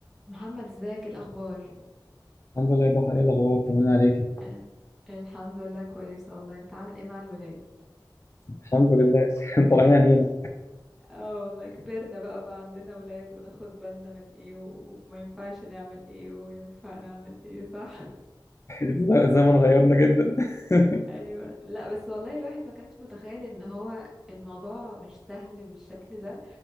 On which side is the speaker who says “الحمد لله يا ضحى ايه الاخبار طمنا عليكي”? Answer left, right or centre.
Left